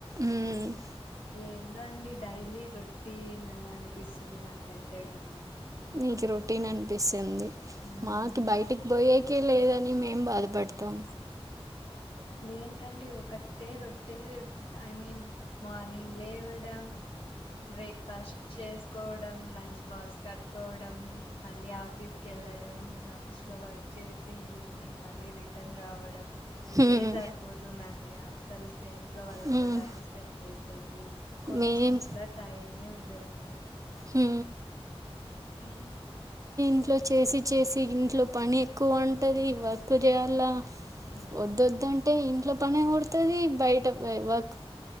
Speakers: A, on the right (about 35°); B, on the left (about 70°).
A: మ్మ్.
B: ఏందో అండి డైలీ రొటీన్ అనిపిస్తుంది నాకైతే న
A: మీకు రొటీన్ అనిపిస్తుంది
B: మ్మ్
A: మాకి బయటికి పోయేకే లేదని మేం బాధపడతాం
B: ఏంటండి ఒకటే రొట్టే ఐ మీన్ మార్నింగ్ లేవడం బ్రేక్ ఫస్ట్ చేసుకోవడం లంచ్ బాక్స్ కట్టుకోవడం మళ్ళీ ఆఫీస్ కి వెళ్ళడం ఆఫీస్ లో వర్క్ చేసి ఈవినింగ్ మళ్ళీ రిటర్న్ రావడం ఇదే
A: హ్మ్.
B: సరిపోతుందండి అసలు ఇంట్లో వాళ్ళతో
A: హ్మ్.
B: టైం స్పెండ్ చేసేకి కొంచెం
A: మేం
B: కూడా టైం మే ఉండదండి
A: హు
B: ఉ హు
A: ఇంట్లో చేసి చేసి ఇంట్లో పని ఎక్కువ ఉంటది వర్క్ చేయాల
B: మ్మ్
A: వద్దంటే ఇంట్లో పని పడుతుంది బయట వర్క్